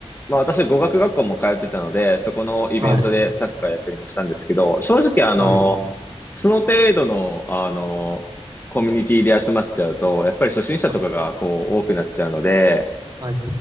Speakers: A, on the left; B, on the right.
A: まあ私語学学校も通ってたので、そこのイベントでサッカーやったりもしたんですけど、
B: はい、
A: 正直あの、
B: はい。
A: その程度の、あの、コミュニティで集まっちゃうと、やっぱり初心者とかがこう多くなっちゃうので、
B: あはい